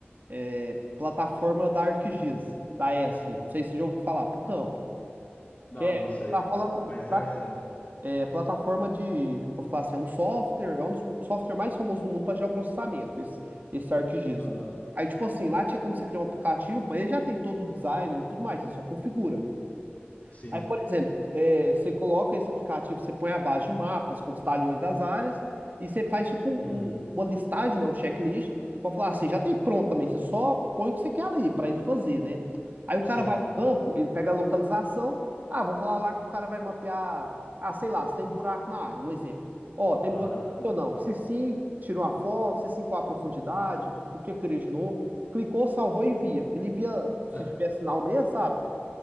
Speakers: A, on the right; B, on the left.
A: é, plataforma da ArcGIS, da ESC. Não sei se você já ouviu falar, pro campo.
B: Não,
A: Que é,
B: não sei.
A: plataforma
B: Mas interessante,
A: pra-
B: né?
A: é, plataforma de, vou falar assim, é um software, é um dos software mais famosos do mundo para geoprocessamento, esse, esse ArcGIS.
B: Aham.
A: Aí, tipo assim, lá tinha como você criar um aplicativo, mas ele já tem todo o designer e tudo mais, você só configura.
B: Sim.
A: Aí, por exemplo, é, você coloca esse aplicativo, você põe a base de mapas com os talhões das áreas e você faz tipo um-
B: Uhum.
A: um- uma listagem, né, um checklist. Vão falar assim, já tem pronto também, você só põe o que você quer ali para ele fazer, né? Aí o
B: Sim,
A: cara vai no
B: sim.
A: campo, ele pega a localização. Ah, vamos falar lá que o cara vai mapear. Ah, sei lá, se tem buraco na área, um exemplo. Ó, tem
B: Aham.
A: buraco aqui ou não? Se sim, tirou a foto, se sim, qual a profundidade, o que é que originou. Clicou, salvou e envia. Ele envia, se
B: Ah,
A: tiver sinal mesmo, sabe?